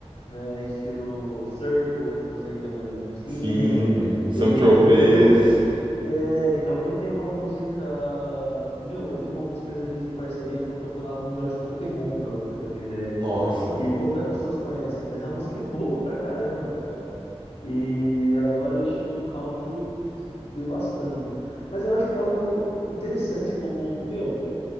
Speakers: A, on the left; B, on the right.
A: né? Estilo Circles, que eu sei que é mais lentinho.
B: sim, Saint-Tropez,
A: Ele tem, meu, É, então, ele tem uma música. Meu, ele tem uma música que ele fez em parceria pro Campeonato Mundial de Pokémon, pra você ter uma ideia.
B: nossa.
A: Que poucas pessoas conhecem, mas a música é boa pra caramba, cara. E agora ele chegou no country, tipo, devastando. Mas eu acho que é algo interessante, como. Meu,